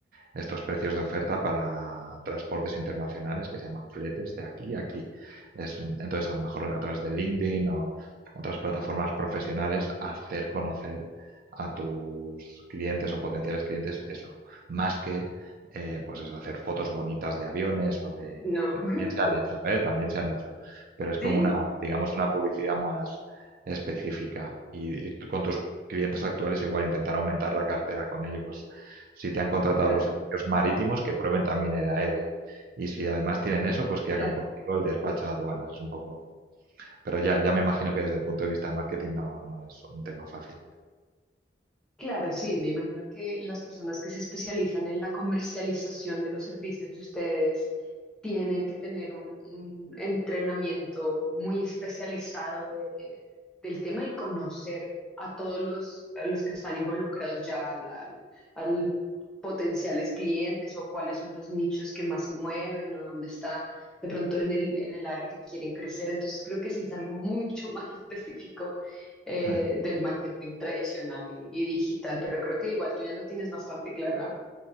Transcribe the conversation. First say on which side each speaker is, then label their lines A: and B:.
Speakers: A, on the right (about 50°); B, in the centre.
A: estos precios de oferta para transportes internacionales que se llaman fletes de aquí a aquí. Es, entonces, a lo mejor a través de LinkedIn o otras plataformas profesionales, hacer conocer a tus clientes o potenciales clientes eso, más que eh, pues eso, hacer fotos bonitas de aviones o de
B: No,
A: que también
B: <laughs>
A: se han hecho, ¿eh? también se han hecho, pero es como
B: Sí,
A: una, digamos, una publicidad más específica y, y tú con tus clientes actuales igual intentar aumentar la cartera con ello, pues si te han contratado
B: claro.
A: los servicios marítimos, que prueben también el aéreo. Y si además tienen eso, pues que
B: claro.
A: hagan contigo el despacho a aduanas. Es un poco... Pero ya, ya me imagino que desde el punto de vista de marketing no, no es un tema fácil.
B: Claro, sí, me imagino que las personas que se especializan en la comercialización de los servicios de ustedes tienen que tener un, un entrenamiento muy especializado de- del tema y conocer a todos los, a los que están involucrados ya al, al- al potenciales clientes o cuáles son los nichos que más se mueven o dónde está de pronto en el, en el área que quieren crecer. Entonces creo que sí es algo mucho <laughs> más específico eh,
A: Sí.
B: del marketing tradicional y, y digital, pero creo que igual tú ya lo tienes bastante claro, ¿ah?